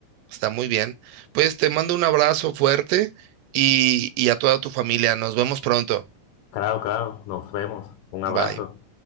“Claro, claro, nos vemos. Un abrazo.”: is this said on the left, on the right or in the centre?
Left